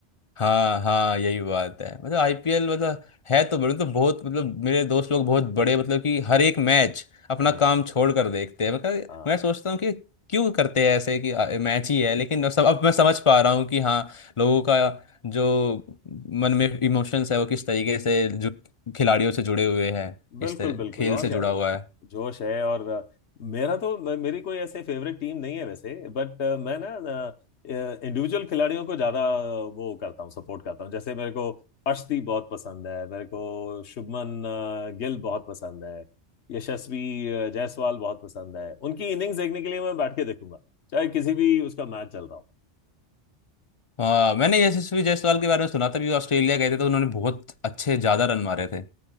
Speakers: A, on the left; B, on the left.
A: हाँ हाँ यही बात है
B: हम्म
A: मतलब आईपीएल मतलब है तो बड़े तो बहुत मतलब मेरे दोस्त लोग बहुत बड़े मतलब कि हर एक मैच अपना
B: हम्म
A: काम छोड़ कर देखते हैं मतलब
B: हाँ
A: मैं सोचता हूँ कि क्यों करते हैं ऐसे कि मैच ही है लेकिन सब अब मैं समझ पा रहा हूँ कि हाँ लोगों का जो मन में इमोशंस है वो किस तरीके से जो खिलाड़ियों से जुड़े हुए हैं
B: बिल्कुल
A: इस तरह
B: बिल्कुल
A: खेल
B: और
A: से
B: क्या
A: जुड़ा हुआ है
B: जोश है और अ, मेरा तो मे- मेरी कोई ऐसे फेवरेट टीम नहीं है वैसे बट मैं ना इंडिविजुअल खिलाड़ियों को ज्यादा अ, वो करता हूँ सपोर्ट करता हूँ जैसे मेरे को अर्शदीप बहुत पसंद है मेरे को शुभमन अ, गिल बहुत पसंद है यशस्वी अ, जायसवाल बहुत पसंद है उनकी इनिंग्स देखने के लिए मैं बैठ के देखूंगा चाहे किसी भी उसका मैच चल रहा हो
A: हाँ मैंने यशस्वी जायसवाल के बारे में सुना था कि वो ऑस्ट्रेलिया गए थे तो उन्होंने बहुत अच्छे ज़्यादा रन मारे थे